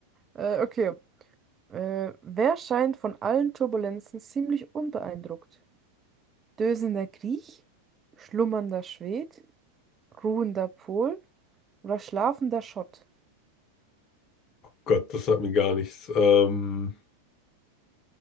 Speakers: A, on the right (about 20°); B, on the left (about 35°).
A: Äh, okay. Äh, wer scheint von allen Turbulenzen ziemlich unbeeindruckt? Dösender Griech, schlummernder Schwed, ruhender Pol oder schlafender Schott?
B: Gott, das hat mir gar nichts. Ähm,